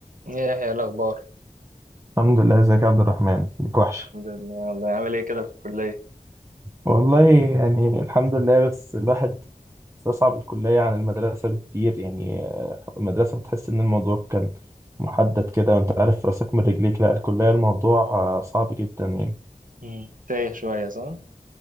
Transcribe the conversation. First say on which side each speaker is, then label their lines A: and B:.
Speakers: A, on the right; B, on the right.
A: ايه يا يحيى إيه الاخبار
B: الحمد لله ازيك يا عبد الرحمن ليك وحش
A: الحمد لله والله عامل ايه كده في الكليه
B: والله يعني الحمد لله بس الواحد استصعب الكلية عن المدرسة بكتير يعني آه، المدرسة تحس إن الموضوع كان محدد كده وأنت عارف راسك من رجليك لا الكلية الموضوع آه، صعب جدا يعني
A: مم. تايه شويه صح